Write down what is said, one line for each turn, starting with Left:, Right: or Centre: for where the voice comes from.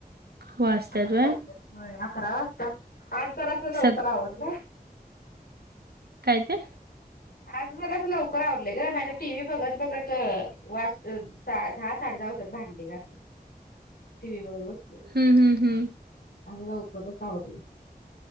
Right: वाचतात
Left: अकरा
Right: व्हय
Left: वाजत्यात होय अकरा वाजता आज जरास लवकर
Right: सग
Left: आवरलंय.
Right: काय ते?
Left: आज जरसं लवकर आवरलंय ग नाही तर टी व्ही बघत बघत वाजतं साधा साडे दहा वाजातात भांडी घासाय टीव्ही बघत बसलो की.
Right: हम्म हम्म हम्म
Left: आज लवकरच आवरलं.